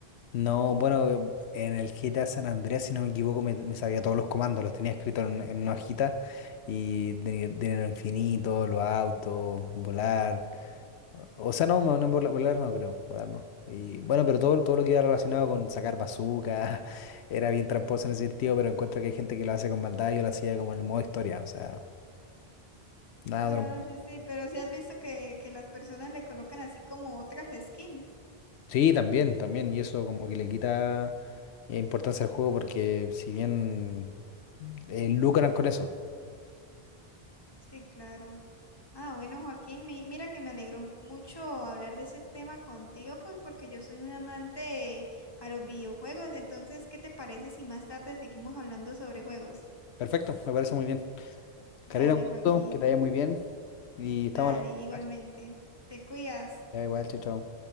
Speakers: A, on the left (about 90°); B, on the left (about 25°).
A: No, bueno, en el GTA San Andreas, si no me equivoco, me, me sabía todos los comandos, los tenía escritos en, en una hojita y tenía dinero infinito, los autos, volar. O sea, no, no, no, vola- volar no creo, volar no. Y bueno, pero todo, todo lo que era relacionado con sacar bazooka <laughs> era bien tramposo en ese sentido, pero encuentro que hay gente que lo hace con maldad, yo lo hacía como en el modo historia, o sea, nada
B: Ah,
A: otro mundo.
B: sí, sí, pero sí has visto que, que las personas le colocan así como otras skins.
A: Sí, también, también, y eso como que le quita eh, importancia al juego porque si bien eh, lucran con eso.
B: Sí, claro. Ah, bueno, Joaquín, mi- mira que me alegró mucho hablar de ese tema contigo, pues porque yo soy un amante a los videojuegos. Entonces, ¿qué te parece si más tarde seguimos hablando sobre juegos?
A: Perfecto, me parece muy bien. Karina,
B: Dale,
A: un gusto,
B: Joaquín,
A: que te vaya muy bien. Y estamos
B: dale,
A: a
B: igualmente.
A: la...
B: Te cuidas.
A: Ya igual, chao, chao.